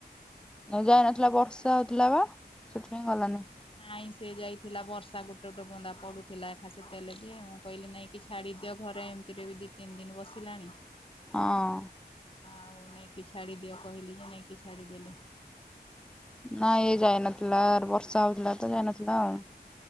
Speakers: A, in the centre; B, on the left.
A: ଯାଇ ନଥିଲା ବର୍ଷା ହଉଥିଲା ବା ସେଥିପାଇଁ ଗଲାନି।
B: ନାଇଁ ସେ ଯାଇଥିଲା ବର୍ଷା ଗୋଟେ ଗୋଟେ ବୁନ୍ଦା ପଡୁଥିଲା ଏକା ସେତେଳେ ଯେ ମୁଁ କହିଲି ନାଇଁ କି ଛାଡ଼ିଦିଅ ଘରେ ଏମିତିରେ ବି ଦି ତିନି ଦିନ ବସିଲାଣି।
A: ହଁ।
B: ହଁ ଆଉ ନେଇକି ଛାଡିଦିଅ କହିଲି ଯେ ନେଇକି ଛାଡିଦେଲେ।
A: ନାଇଁ ଏ ଯାଇନଥିଲା ବର୍ଷା ହଉଥିଲା ତ ଯାଇନଥିଲା ଆଉ।